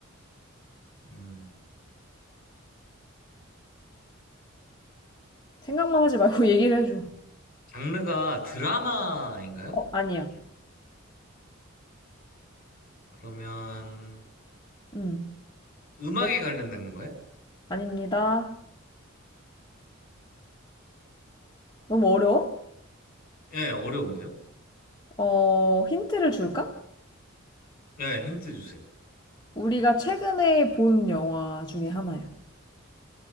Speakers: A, on the left (about 45°); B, on the left (about 20°).
A: 음.
B: 생각만 하지 말고 <laughs> 얘기를 해줘.
A: 장르가 드라마인가요?
B: 어, 아니야.
A: 그러면
B: 음,
A: 음악에
B: 어,
A: 관련된 건가요?
B: 아닙니다. 너무 어려워?
A: 예, 어려운데요?
B: 어, 힌트를 줄까?
A: 예, 힌트 주세요.
B: 우리가 최근에 본 영화 중에 하나야.